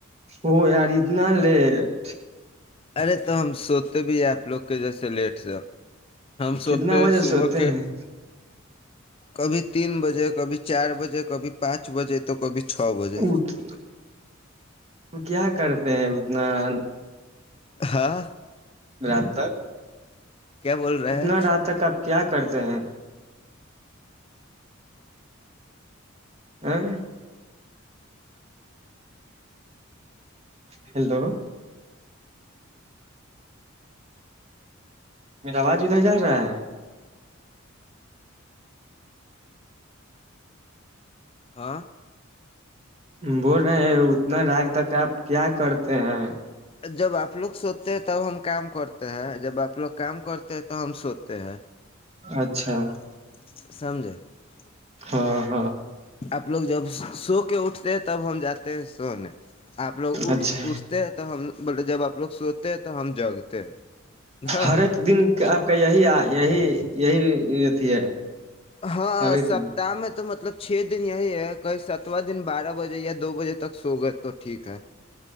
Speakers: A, on the right; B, on the left.
A: ا یارتنا لے <unintelligible>
B: ارے تو ہم سوتے بھی ہیں آپ لوگ کے جیسے لیٹ سے <unintelligible> ہم سوتے
A: کتنا
B: ہیں
A: بجے
B: صبح
A: سوتے
B: کے
A: ہیں
B: کبھی تین بجے کبھی چار بجے کبھی پانچ بجے تو کبھی چھ بجے
A: اٹھ
B: <unintelligible>
A: کیا کرتے ہیں ادنان <unintelligible>
B: ہاں <inaudible>
A: رات تک <unintelligible>
B: کیا بول رہے
A: اتنا
B: ہیں <unintelligible>
A: رات تک آپ کیا کرتے ہیں <unintelligible> ہوں <inaudible> ہیلو میرا آواز ادھر جا رہا ہے <unintelligible>
B: ہاں <unintelligible>
A: بول رہے ہیں اتنا راگ تک آپ کیا کرتے ہیں <unintelligible>
B: جب آپ لوگ سوتے ہیں تب ہم کام کرتے ہیں جب آپ <unintelligible> لوگ کام کرتے ہیں تو ہم سوتے ہیں <unintelligible>
A: اچھا
B: سمجھے <unintelligible>
A: ہاں <inaudible>
B: آپ لوگ جب <unintelligible> سو کے اٹھتے <unintelligible> تب ہم جاتے ہیں سونے آپ لوگ اٹھ
A: اچھا
B: اٹھتے ہیں تو ہم بے جب آپ لوگ سوتے ہیں تو ہم جگتے ہیں ہ
A: ہر ایک دن آپ کا یہی یہی
B: <unintelligible>
A: یہی اھی ہے
B: ہاں
A: ہر ایک
B: سپتاہ
A: دن
B: میں تو مطلب <unintelligible> چھ دن یہی ہے کہیں ستواں دن بارہ بجے یا دو بجے تک سو گئے تو ٹھیک ہے <inaudible>